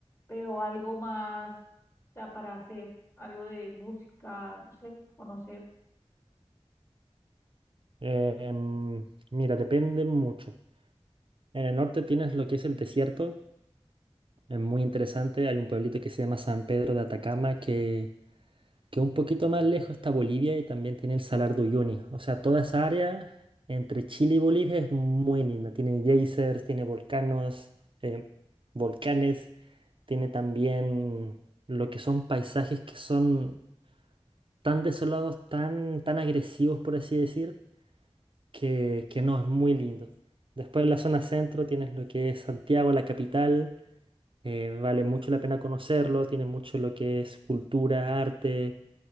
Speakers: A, on the left; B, on the right.
A: pero algo más, o sea, para hacer algo de música, no sé, conocer.
B: Eh, em, mira, depende mucho. En el norte tienes lo que es el desierto, es muy interesante. Hay un pueblito que se llama San Pedro de Atacama, que, que un poquito más lejos está Bolivia y también tiene el Salar de Uyuni. O sea, toda esa área entre Chile y Bolivia es muy linda. Tiene geysers, tiene volcanos, em, volcanes, tiene también lo que son paisajes que son tan desolados, tan, tan agresivos, por así decir, que, que no, es muy lindo. Después en la zona centro tienes lo que es Santiago, la capital, eh, vale mucho la pena conocerlo, tiene mucho lo que es cultura, arte,